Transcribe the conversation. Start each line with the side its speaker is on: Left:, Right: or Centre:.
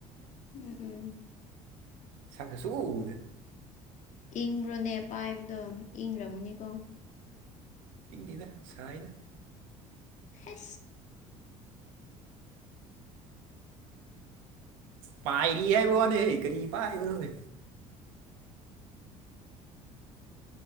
Left: ꯎꯝ-ꯎꯝ꯫
Right: ꯁꯛꯅ ꯁꯨꯛꯎ ꯎꯗꯦ꯫
Left: ꯏꯪꯕ꯭ꯔꯣꯅꯦ ꯄꯥꯏꯕꯗꯣ ꯏꯪꫪꯝꯒꯅꯤꯀꯣ?
Right: ꯏꯪꯗꯦꯗ ꯁꯥꯏꯗ꯫
Left: ꯍ
Right: ꯄꯥꯏꯔꯤ ꯍꯥꯏꯕꯋꯥꯅꯦꯍꯦ ꯀꯔꯤ ꯄꯥꯏꯕꯔꯣꯅꯦ